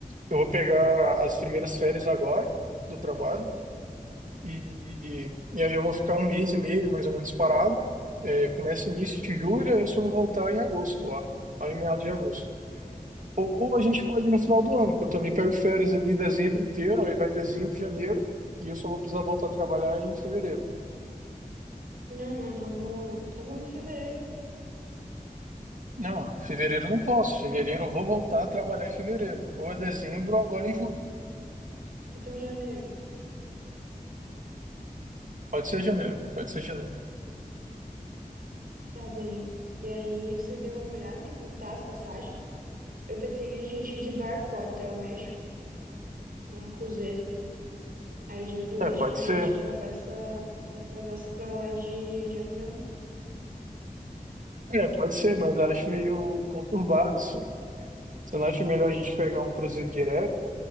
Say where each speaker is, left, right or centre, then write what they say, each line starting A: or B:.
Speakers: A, on the right (about 60°); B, on the right (about 75°).
A: eu vou pegar as primeiras férias agora do trabalho. E, e aí eu vou ficar um mês e meio, mais ou menos, parado. É, começa início de julho, aí eu só vou voltar em agosto lá, lá em meados de agosto. Ou a gente pode ir no final do ano, que eu também pego férias ali dezembro inteiro, aí vai dezembro, janeiro, e eu só vou precisar voltar a trabalhar em fevereiro.
B: Não, não, vamos, então vamos em fevereiro,
A: Não, fevereiro eu não posso. Fevereiro eu vou voltar a trabalhar em fevereiro. Ou é dezembro ou agora em julho.
B: então janeiro.
A: Pode ser janeiro, pode ser janeiro.
B: Tá bem. E aí, você deu uma olhada em quanto tá as passagens? Eu pensei em a gente ir de barco até o México, num cruzeiro. Aí de- do México
A: É, pode
B: a
A: ser.
B: gente atravessa, atravessa pra lá de, de avião.
A: É, pode ser, mas eu acho meio conturbado, assim. Você não acha melhor a gente pegar um cruzeiro direto?